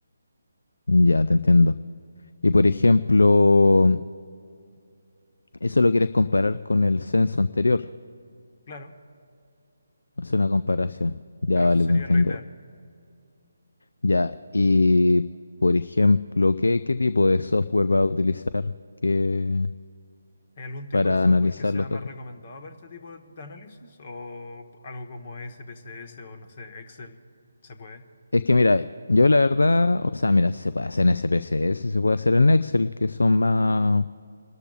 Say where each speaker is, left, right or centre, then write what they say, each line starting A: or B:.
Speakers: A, on the left (about 70°); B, on the left (about 40°).
A: ya te entiendo. Y por ejemplo, eso lo quieres comparar con el censo anterior.
B: Claro,
A: Hacer una comparación. Ya,
B: claro,
A: vale,
B: eso sería
A: te entiendo.
B: lo ideal.
A: Ya, y por ejemplo, ¿qué, qué tipo de software va a utilizar que,
B: ¿Hay algún tipo
A: para
B: de software
A: analizar
B: que sea
A: los
B: más
A: datos?
B: recomendado para este tipo de de análisis? ¿O algo como SPSS o no sé, Excel? ¿Se puede?
A: Es que mira, yo la verdad, o sea, mira, si se puede hacer en SPSS, se puede hacer en Excel, que son más